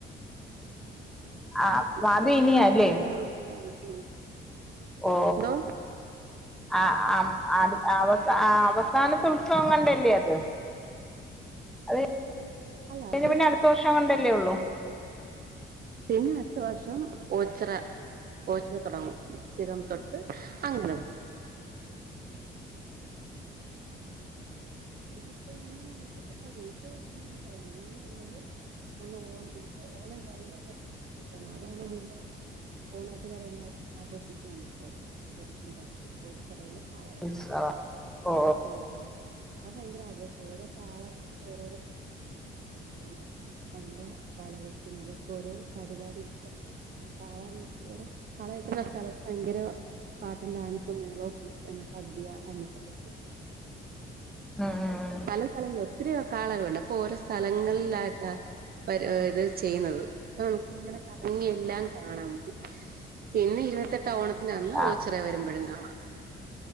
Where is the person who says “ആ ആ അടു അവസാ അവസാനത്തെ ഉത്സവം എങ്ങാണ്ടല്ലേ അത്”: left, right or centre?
Centre